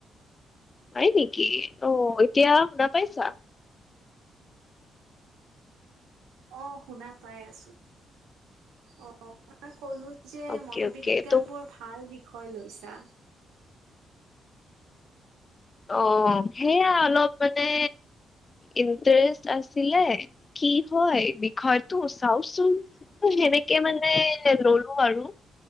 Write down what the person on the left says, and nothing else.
হয় নেকি, অ', এতিয়া শুনা পাইছা।
অকে
অকে ত
অ সেয়া অলপ মানে ইণ্টাৰেষ্ট আছিলে কি হয় বিষয়টো চাওচোন। সেনেকে মানে ললো আৰু।